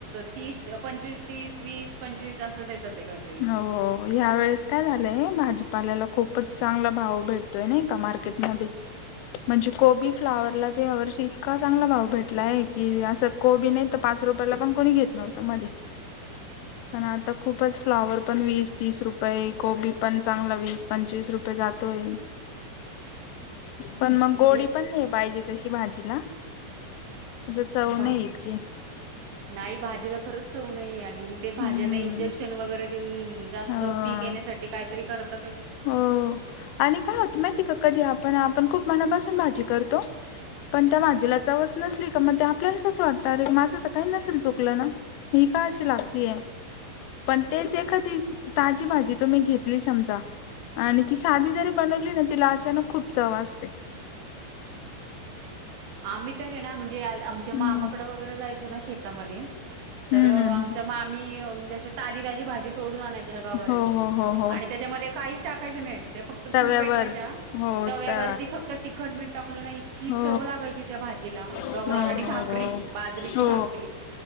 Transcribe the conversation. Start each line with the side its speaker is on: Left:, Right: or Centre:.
Right: तीस पंचवीस तीस वीस पंचवीस असं देतात. ते काहीतरी.
Left: हो ह्या वेळेस काय झालंय भाजीपालाला खूपच. चांगला भाव भेटतोय ना का मार्केटमध्येध्ये. म्हणजे कोबी फ्लावरला ते या वर्षी इतका चांगला भाव भेटलाय की असं कोबी नाही तर पाच. च रुपयाला पण कोणी घेत नव्हतं मध्ये.
Right: <unintelligible>
Left: पण आता खूपच. फ्लाॉवर पण वीस तीस रुपये कोबी पण चांगला वीस पंचवीस रुपये जातोय.
Right: <unintelligible>
Left: पण मग गोडी
Right: हे
Left: पण नाही पाहिजे तशी भाजीला. असं चव
Right: बा
Left: नाही इतकी
Right: नाही भाजीला खरंच. चव नाही आणि ते
Left: हम्म
Right: भाज्यांना इंजेक्शन वगैरे देऊन जास्त
Left: हो
Right: पीक येण्यासाठी काहीतरी करत.
Left: हो आणि काय होत माहिती का कधी आपण आपण खूप. मनापासून भाजी करतो पण त्या भाझीला चवच नसली का मग आपल्याला कस वाटत माझ. का नसेल चुकलं ना मी का अ लागय प ण तेच एखा ताजी भाजी तुम्ही घेतली समजा. आणि ती साधी जरी बनवली ना तिला अचानक खूप चव असते.
Right: आम्ही तर आहे ना म्हणजे आमच्या
Left: हम्म
Right: मामाकडे वगैरे जायचो ना शेतामध्ये. तर
Left: हम्म
Right: आमच्यांग
Left: हम्म हम्म
Right: मामी म्हणजे असं ताजी ताजी भाजी तोडून आणायची. गवरीची
Left: हो हो हो हो
Right: आणि त्याच्यामध्ये काहीच टाकायचे नाही ते फक्त
Left: तव्यावर
Right: चूल पेटवायच्या.
Left: हो
Right: तव्यावरती
Left: ता
Right: फक्त तिखट मीठ. टाकलं ना इतकी
Left: हो
Right: चव लागायची त्या भाजीला गवार
Left: हो
Right: आणि भाकरी
Left: हो हो
Right: बाजरीची
Left: हो
Right: भाकरी.